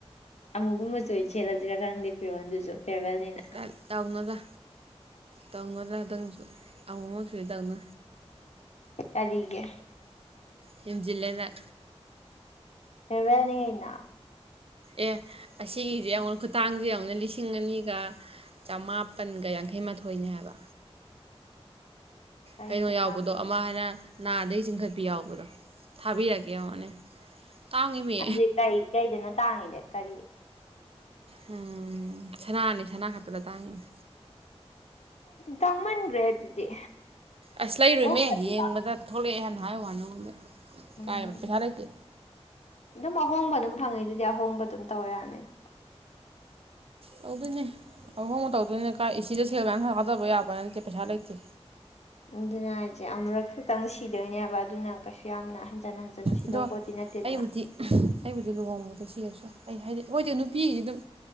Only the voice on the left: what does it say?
ꯑꯃꯨꯕ ꯃꯆꯨ ꯑꯣꯏꯅ ꯁꯦꯠꯂꯁꯤꯔ ꯈꯪꯗꯤ ꯐꯤꯔꯣꯜꯗꯨꯁꯨ ꯐꯦꯔꯋꯦꯜꯅꯤꯅ
ꯀꯔꯤꯒꯤ
ꯐꯦꯌꯔꯋꯦꯜꯅꯤ ꯀꯩꯅꯣ
ꯀꯔꯤ
ꯈꯨꯊꯥꯡꯅꯣ
ꯑꯗꯨ ꯀꯩ ꯀꯩꯗꯅꯣ ꯇꯥꯡꯉꯤꯗꯤ ꯀꯔꯤ
ꯇꯥꯡꯃꯟꯈ꯭ꯔꯦ ꯑꯗꯨꯗꯤ
ꯀꯣꯛꯇꯕꯤꯗ
ꯎꯝ
ꯑꯗꯨꯝ ꯑꯍꯣꯡꯕ ꯑꯗꯨꯝ ꯐꯪꯉꯤ ꯑꯗꯨꯗꯤ ꯑꯍꯣꯡꯕ ꯑꯗꯨꯝ ꯇꯧꯔ ꯌꯥꯅꯤꯗ
ꯑꯗꯨꯅ ꯍꯥꯏꯁꯦ ꯑꯃꯨꯔꯛ ꯈꯛꯇꯪ ꯁꯤꯗꯣꯏꯅꯦꯕ ꯑꯗꯨꯅ ꯀꯩꯁꯨ ꯌꯥꯝꯅ ꯍꯟꯖꯟ ꯍꯟꯖꯟ ꯁꯤꯗꯧ
ꯄꯣꯠꯇꯤ ꯅꯠꯇꯦꯗꯅ